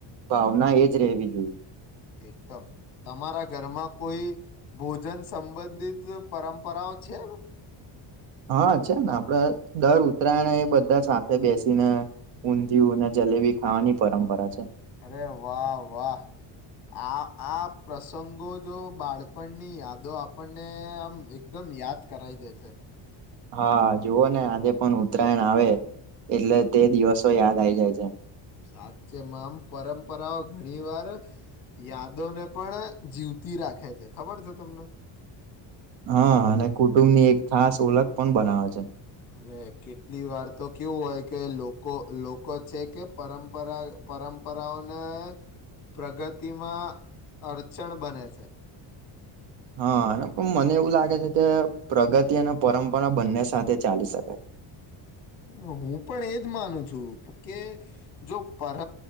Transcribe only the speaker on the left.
એકદમ તમારા ઘરમાં કોઈ ભોજન સંબંધિત પરંપરાઓ છે
અરે વાહ વાહ આ આ પ્રસંગો જો બાળપણની યાદો આપણને આમ એકદમ યાદ કરાવી દે છે
સાચેમાં આમ પરંપરાઓ ઘણી વાર યાદોને પણ જીવતી રાખે છે ખબર છે તમને
અરે કેટલી વાર તો કેવું હોય કે લોકો લોકો છે, કે પરંપરા પરં પરઓને પ્રગતિમાં અડચણ બને છે,
હું પણ એજ માનું કે જો પર